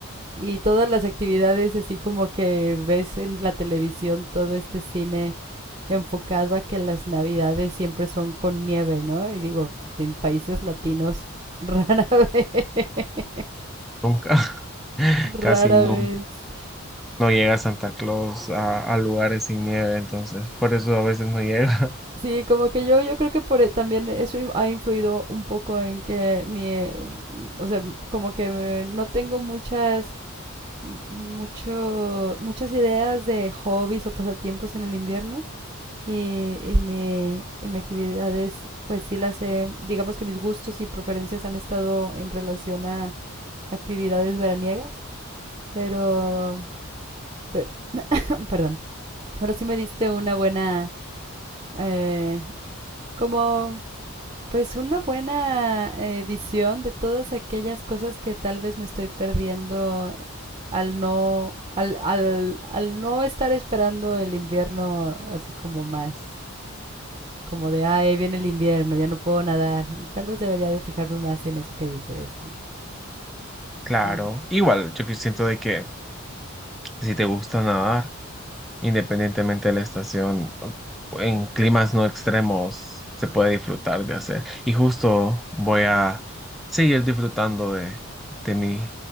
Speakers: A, on the right; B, in the centre.
A: y todas las actividades así como que ves en la televisión todo este cine enfocado a que las navidades siempre son con nieve, ¿no? Y digo, en países latinos rara <laughs> vez.
B: nunca, <laughs>
A: Rara
B: casi nunca.
A: vez.
B: No llega Santa Claus a, a lugares sin nieve, entonces por eso a veces no llega. <laughs>
A: Sí, como que yo, yo creo que por, e- también eso in- ha influido un poco en que mi, eh, o sea, como que no tengo muchas, mucho, muchas ideas de hobbies o pasatiempos en el invierno y, y mi, y mi actividades, pues sí las he, digamos que mis gustos y preferencias han estado en relación a actividades veraniegas, pero, pero <laughs> <coughs> perdón, pero sí me diste una buena, eh, como, pues una buena eh, visión de todas aquellas cosas que tal vez me estoy perdiendo al no, al, al, al no estar esperando el invierno así como más como de, ay, ahí viene el invierno, ya no puedo nadar. Tal vez debería de fijarme más en eso que dices,
B: Claro,
A: en-
B: igual yo que siento de que si te gusta nadar, independientemente de la estación, en climas no extremos se puede disfrutar de hacer. Y justo voy a seguir disfrutando de, de mis